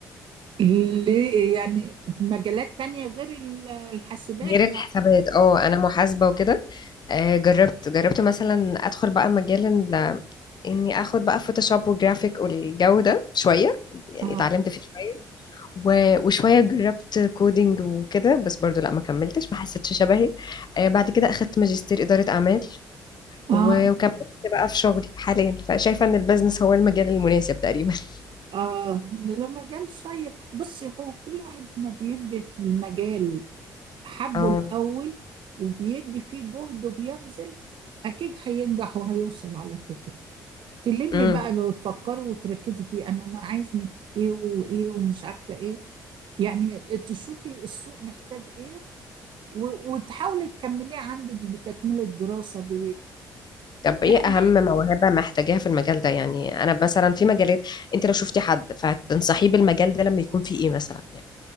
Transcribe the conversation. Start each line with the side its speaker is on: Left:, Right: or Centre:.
Right: اللي يعني في مجالات تانية غير ال- الحاسبات
Left: <laughs> غير الحسابات
Right: أو
Left: اه انا محاسبة وكده آه، جربت جربت مثلا ادخل بقى مجال اني اخد بقى فوتوشوب وجرافيك والجو ده شويه يعني
Right: آه
Left: اتعلمت فيه شويه و- وشويه جربت كودينج وكده بس برضو لا ما كملتش ما حسيتش شبهي آه، بعد كده اخدت ماجستير اداره اعمال و-
Right: آه
Left: وكملت بقى في شغلي حاليا فشايفه ان البيزنس هو المجال المناسب تقريبا <laughs>
Right: آه ده مجال شيق بصي هو كل واحد ما بيدي في المجال حبه
Left: اه
Right: الأول وبيدي فيه جهد وبيبذل أكيد هينجح وهيوصل على فكرة تلمي
Left: امم
Right: بقى لو تفكري وتركزي فيه انا انا عايز منك ايه وايه ومش عارفه ايه يعني تشوفي السوق محتاج ايه و- وتحاولي تكمليه عندك بتكمله دراسه ب...
Left: طب ايه
Right: يعني
Left: اهم موهبه محتاجاها في المجال ده يعني انا مثلا في مجالات انت لو شفتي حد فتنصحيه بالمجال ده لما يكون فيه ايه مثلا يعني